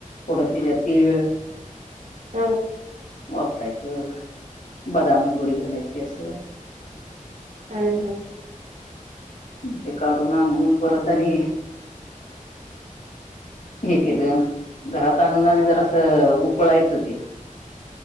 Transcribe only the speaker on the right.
हं
हा हा